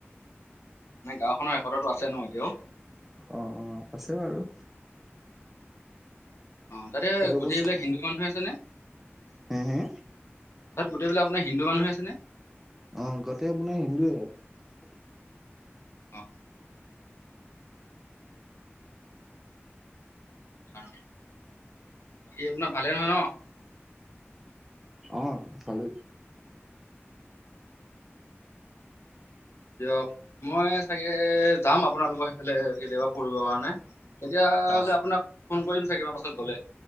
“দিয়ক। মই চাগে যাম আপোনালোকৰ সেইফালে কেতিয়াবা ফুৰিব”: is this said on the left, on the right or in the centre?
Left